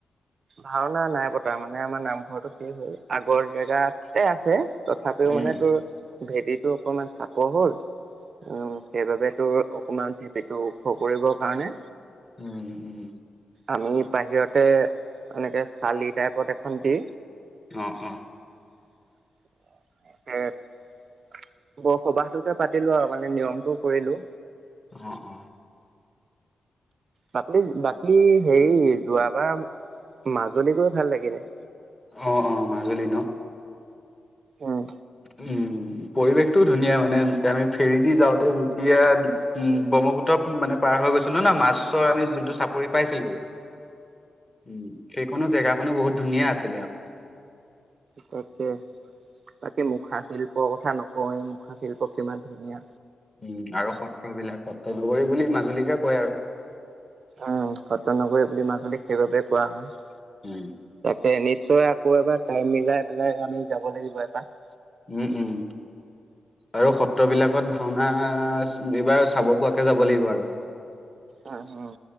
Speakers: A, on the right; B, on the left.
A: ভাওনা নাই পতা মানে আমাৰ নামঘৰটো কি হ'ল আগৰ জেগাতে আছে <unintelligible> তথাপিও
B: উম,
A: মানে
B: উম,
A: তোৰ ভেটিটো অকমান চাপৰ হ'ল । অ সেইবাবে তো অকণমান ভেটিটো ওখ কৰিব কাৰণে,
B: উম, উম,
A: আমি বাহিৰতে এনেকে চালি টাইপত এখন দি,
B: অৱ অৱ
A: <unintelligible> বসবাস টো কে পাতিলো আৰু মানে নিয়মটো কৰিলো।
B: অৱ অৱ
A: বাকী বাকী হেৰি যোৱাবাৰ মাজুলী গৈ ভাল লাগিলে।
B: অৱ অৱ মাজুলী ন।
A: উম
B: উম পৰিৱেশটো ধুনীয়া মানে, আমি ফেৰ দি যাওঁতে যেতিয়া উম ব্ৰহ্মপুত্ৰ মানে পাৰ হৈ গৈছিলো ন মাছৰ আমি যোনটো চাপৰি পাইছিলো, উম ঠিক কোনো জেগা কনো বহুত ধুনীয়া আছিলে আক
A: তাকে তাকে মোক হাতশিল্প কথা নকওঁৱেই, মুখাশিল্প কিমান ধুনীয়া।
B: উম আৰু সত্ৰ বিলাক সত্ৰ লৈ বুলি মাজুলীকে কয় আৰু ।
A: উম সত্ৰনগৰী বুলি মাজুলীক সেইবাবে কোৱা হয়।
B: উম
A: হে নিশ্চয় আকৌ এবাৰ টাইম মিলাই পেলাই আমি যাব লাগিব এপাক ।
B: উম উম আৰু সত্ৰ বিলাকত ভাওনা এইবাৰ চাব পোৱাকে যাব লাগিব আৰু
A: উম উম